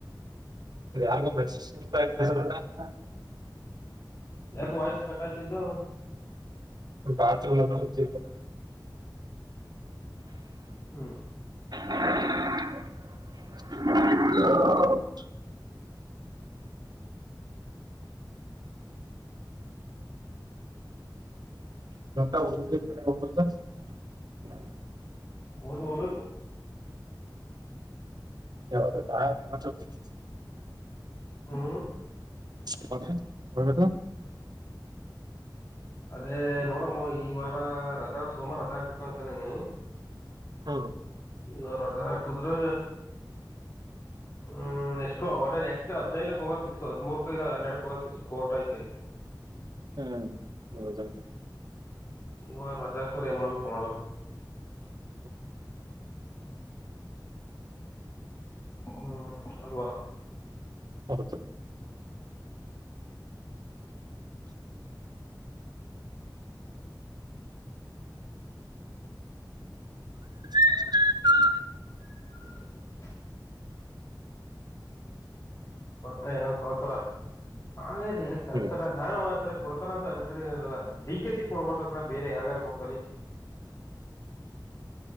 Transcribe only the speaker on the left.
ಯಾಕೊ ವಾಯ್ಸ್ ಕಟ್ಟಾಯ್ತಿದ್ದು
ಹ್ಮ
ಅವ್ರ್ ಹೋಬೇಕು
ಹ್ಮ್
ಅದೇ ನೋಡಮ್ಮ ಈ ವಾರ ರಜಾ ಸೋಮಾರ ರಜಾ ಹಾಕ್ಬಕ್ ಅನ್ ಕಂಡಿನಿ.
ಈ ರಜಾ ಹಾಕುದ್ರೆ ಹ್ಮ ನೆಕ್ಸ್ಟ್ ಹೊಟೆ ನೆಕ್ಸ್ಟ್ ಹದ್ನೈದಕ್ ಹೋಗದ್ ಫಿಕ್ಸ್ ಹದ್ಮೂರ್ಕ ಇಲ್ಲ ಹನ್ನೆರಡಕ್ ಹೋಗದ್ ಫಿಕ್ಸ್. ಕೋರ್ಟ್ ಐತೆ
ನೀವ ರಜಾಕೂರ್ ಎನ್ ಮಾಡ್ಬೇಕ್ ನೋಡ್ಬೇ
ಹ್ಮ ಅಲ್ವಾ
<unintelligible> ಮತ್ತೆ ಇನ್ನೇನ್ ಸಮಾಚಾರ <unintelligible> ಯಾಕ್ ಸದ್
ಸಡ ನಾನು ಆರ ಕೊಡ್ತಾನಂತ ಅನ್ಕಂಡೆ ಇರ್ಲಿಲ್ಲ. ಡಿ ಕೇ ಸಿ ಗ್ ಕೊಡ್ಬಾರ್ <unintelligible> ಬೇರೆ ಯಾರ್ಗಾರು ಕೊಟ್ಕಲಿ.